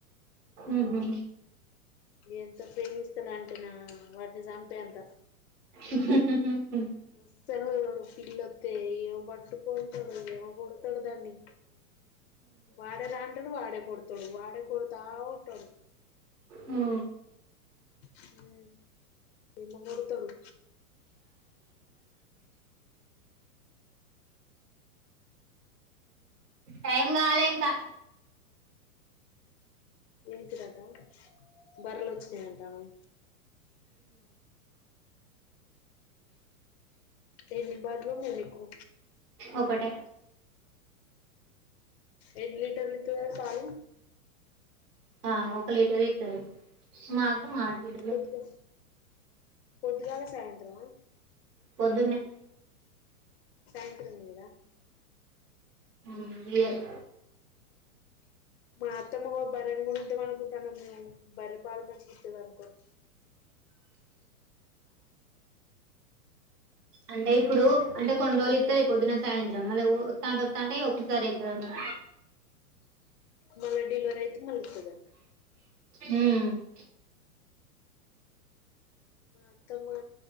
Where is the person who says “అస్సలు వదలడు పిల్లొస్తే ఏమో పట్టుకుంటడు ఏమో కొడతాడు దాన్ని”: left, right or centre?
Left